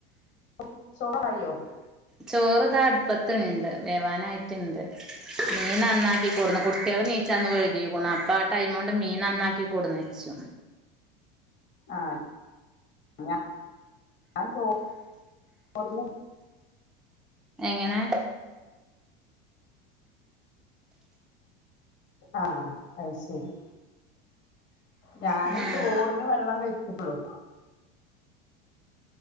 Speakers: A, on the left; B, in the centre.
A: ച്ചോ ചോറായോ?
B: ചോറ്താ അടുപ്പത്ണ്ട് വേവാനായിട്ടുണ്ട് മീൻ നന്നാക്കിക്കൂടുന്നു കുട്ടികൾ നീച്ചന്ന് കഴുകിക്കൂ അപ്പൊ ആഹ് ടൈമ കൊണ്ട് മീൻ നന്നാക്കി കൂടുനെച്ചു
A: ആ. ഞ. ഞാൻ ചോ. ച്ചോർന്.
B: എങ്ങനെ
A: ആഹ് അത് ശരി ഞാന്
B: ഉം
A: ചോറിന് വെള്ളം വെച്ചിട്ടുള്ളു